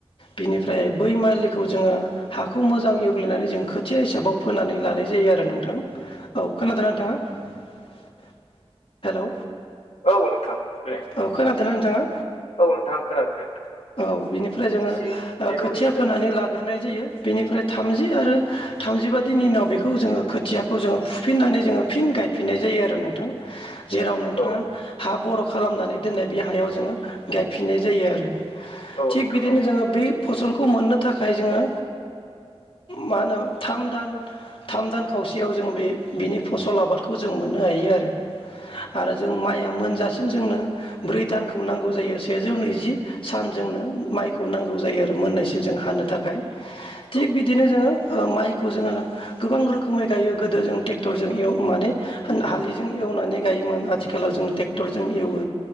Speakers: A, on the left; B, on the left.
A: बिनिफ्राय बै माइलिखौ जोङो हाखौ मोजां एवग्लिनानै जों खोथिया हिसाबाव फोनानै लानाय जायो आरो नोंथां औ खोनादोंना नोंथाङा हेलौ
B: औ नोंथां देलाय
A: औ खोनादोंना नोंथाङा?
B: औ नोंथां खोनादों नोंथां
A: औ बिनिफ्राय जोङो
B: एसे नेटवर्क
A: खोथिया
B: इसु जादोंमोन
A: फोनानै ला हाग्रोनाय जायो बेनिफ्राय थामजि आरो थामजिबादिनि उनाव बेखौ जोङो खोथियाखौ जोङो फुफिननानै जोङो फिन गायफिननाय जायो आरो नोंथां
B: <inaudible>
A: जेराव नोंथाङा
B: नोंथां औ
A: हा बर खालामनानै दोननाय बे हायाव जोङो गायफिननाय जायो आरो
B: औ
A: थिग
B: नोंथां
A: बिदिनो
B: औ
A: जोङो बै फसल खौ मोननो थाखाय जोङो मा होनो थाम दान थाम दान खावसेयाव जोङो बे बिनि फसल आबादखौ जों मोननो हायो आरो आरो जों माइ दासिम जोंनो ब्रै दानखौ नांगौ जायो सेजौ नैजि सानजोंनो माइखौ नांगौ जायो आरो मोननायसिम जों हानो थाखाय थिग
B: औ
A: बिदिनो जोङो माइखौ जोङो गोबां रोखोमै गायो गोदो जों ट्रेक्टरजों माने हालिजों एवनानै गायोमोन आथिखालाव जों ट्रेक्टरजों एवो